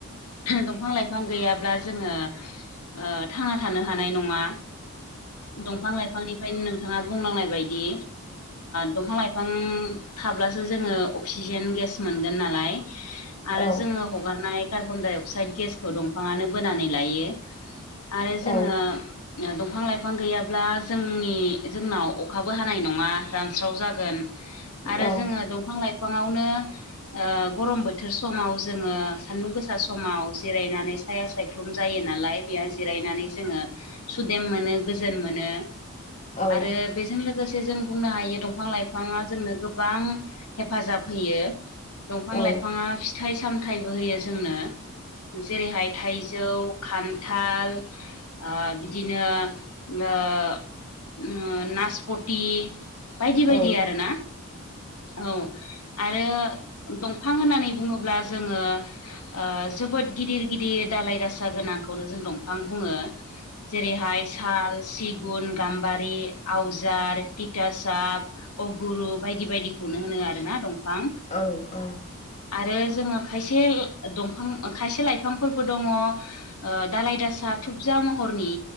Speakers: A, on the left (about 90°); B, on the left (about 30°).
A: दंफां लाइफां गैयाब्ला जोङो ओ थांना थानो हानाय नङा दंफां लाइफांनिफ्रायनो नोंथाङा बुंलांनाय बाय दि दंफां लाइफां थाब्लासो जोङो अक्सिजेन गेस मोनगोन नालाय आरो
B: औ
A: जोङो हगारनाय कार्बन डाइ अक्साइड गेसखौ दंफाङानो बोनानै लायो आरो जोङो
B: औ
A: दंफां लाइफां गैयाब्ला जोंनि जोंनाव अखाबो हानाय नङा रानस्राव जागोन आरो
B: औ
A: जोङो दंफां लाइफाङावनो ओ गरम बोथोर समाव जोङो सान्दुं गोसा समाव जिरायनानै साया सायख्लुम जायो नालाय बेयाव जिरायनानै जोङो सुदेम मोनो गोजोन मोनो
B: औ
A: आरो बेजों लोगोसे जों बुंनो हायो दंफां लाइफाङा जोंनो गोबां हेफाजाब होयो दंफां
B: औ
A: लाइफाङा फिथाइ सामथायबो होयो जोंनो जेरैहाय थाइजौ, खान्थाल ओ बिदिनो ओ ओ नासपटि बायदि
B: औ
A: बायदि आरो ना। औ आरो दंफां होननानै बुङोब्ला जोङो ओ जोबोद गिदिर गिदिर दालाय दासा गोनांखौनो जों दंफां बुङो। जेरैहाय साल, सिगुन, गाम्बारि, आवजार तिथटासाब, अगुरु बायदि बायदिखौनो होनो आरो ना दंफां।
B: औ औ
A: आरो जोङो खायसे दंफां खायसे लाइफांफोरबो दङ। ओ दालाय दासा थुबजा महरनि